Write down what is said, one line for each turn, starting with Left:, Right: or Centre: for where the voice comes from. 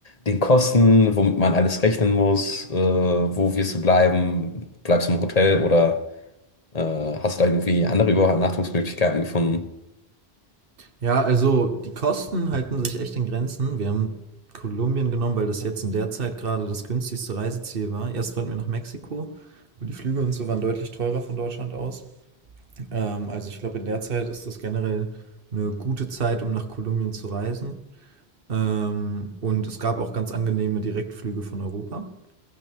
Left: den Kosten, womit man alles rechnen muss, äh, wo wirst du bleiben? Bleibst du im Hotel oder äh, hast du da irgendwie andere Übernachtungsmöglichkeiten gefunden?
Right: Ja, also die Kosten halten sich echt in Grenzen. Wir haben Kolumbien genommen, weil das jetzt in der Zeit gerade das günstigste Reiseziel war. Erst wollten wir nach Mexiko, und die Flüge und so waren deutlich teurer von Deutschland aus. Ähm, also ich glaube, in der Zeit ist das generell eine gute Zeit, um nach Kolumbien zu reisen. Ähm, und es gab auch ganz angenehme Direktflüge von Europa.